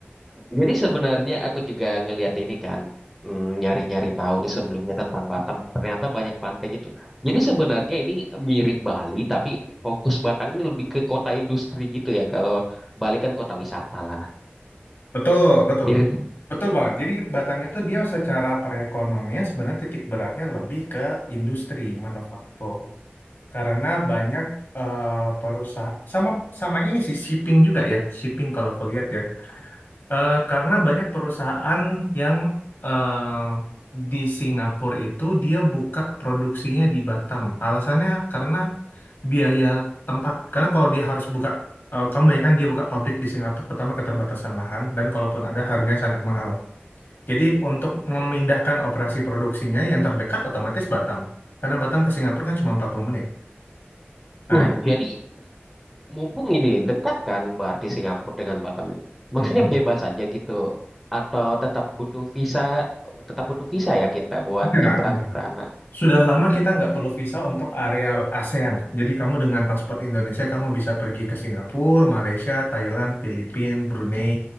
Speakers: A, in the centre; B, on the left (about 60°).
A: Jadi sebenarnya aku juga ngelihat ini kan, mm, nyari-nyari tahu nih sebelumnya tentang Batam. Ternyata banyak pantai gitu. Jadi sebenarnya ini mirip Bali, tapi fokus Batam ini lebih ke kota industri gitu ya. Kalau Bali kan kota wisata lah.
B: Betul, betul,
A: Mirip.
B: betul. Betul banget. Jadi Batam itu dia secara perekonomian sebenarnya titik beratnya lebih ke industri manufaktur. Karena banyak eh, perusahaan sama sama ini sih shipping juga ya, shipping kalau kulihat ya. Eh, karena banyak perusahaan yang eh, di Singapura itu dia buka produksinya di Batam. Alasannya karena biaya tempat. Karena kalau dia harus buka, eh, kamu bayangkan dia buka pabrik di Singapura, pertama keterbatasan lahan, dan kalaupun ada harganya sangat mahal. Jadi untuk memindahkan operasi produksinya yang terdekat otomatis Batam. Karena Batam ke Singapura kan cuma 40 menit. Nah,
A: Wah, jadi
B: jadi
A: mumpung ini dekat kan berarti Singapura dengan Batam ini. Maksudnya
B: Mhm.
A: bebas aja gitu. Atau tetap butuh visa, tetap butuh visa ya kita buat
B: Ya,
A: nyebrang ke sana.
B: Sudah lama kita nggak perlu visa untuk area ASEAN. Jadi kamu dengan paspor Indonesia, kamu bisa pergi ke Singapura, Malaysia, Thailand, Filipina, Brunei,